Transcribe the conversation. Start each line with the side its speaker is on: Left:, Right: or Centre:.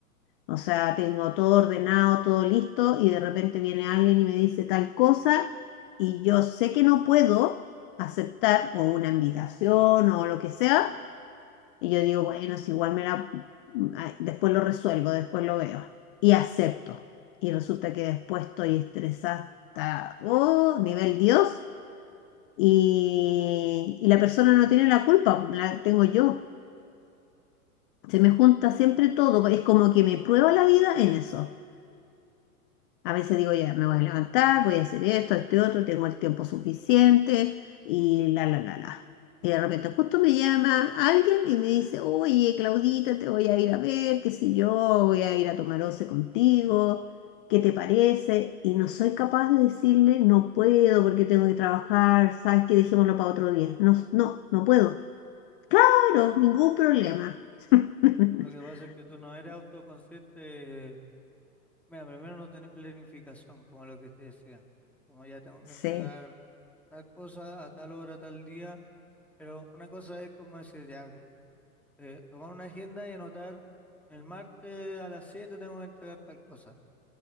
Left: O sea, tengo todo ordenado, todo listo y de repente viene alguien y me dice tal cosa y yo sé que no puedo aceptar o una invitación o lo que sea y yo digo, bueno, si igual me la... ah, después lo resuelvo, después lo veo y acepto. Y resulta que después estoy estresada hasta, oh, nivel Dios y, y la persona no tiene la culpa, la tengo yo. Se me junta siempre todo, es como que me prueba la vida en eso. A veces digo, ya, me voy a levantar,
Centre: Ah, no.
Left: voy a hacer esto, este otro, tengo el tiempo suficiente y la, la, la, la. Y de repente justo me llama alguien y me dice, oye, Claudita, te voy a ir a ver, qué sé yo, voy a ir a tomar once contigo, ¿qué te parece? Y no soy capaz de decirle, no puedo porque tengo que trabajar, sabes que dejémoslo para otro día. No, no, no puedo. Claro, ningún problema. <laughs>
Centre: Lo que pasa es que tú no eres autoconsciente. eh, Mira, primero no tenés planificación, como lo que te decía. Como ya tengo
Left: Sí,
Centre: que entregar tal cosa a tal hora, tal día. Pero una cosa es como decir, ya, que tomar una agenda y anotar el martes a las 7 tengo que entregar tal cosa.